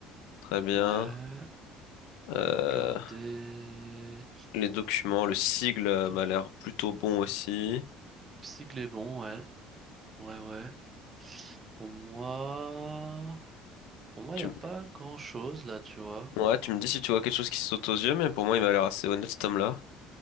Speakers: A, on the left (about 80°); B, on the right (about 25°).
A: Très bien.
B: Ouais,
A: Euh,
B: on peut regarder.
A: les documents, le sigle euh,
B: Donc,
A: m'a l'air plutôt bon aussi.
B: sigle est bon, ouais, ouais, ouais. Pour moi. Pour moi,
A: Tu,
B: il n'y a
A: m-
B: pas grand-chose là, tu vois.
A: ouais, tu me dis si tu vois quelque chose qui saute aux yeux, mais pour moi, il m'a l'air assez honnête, cet homme-là.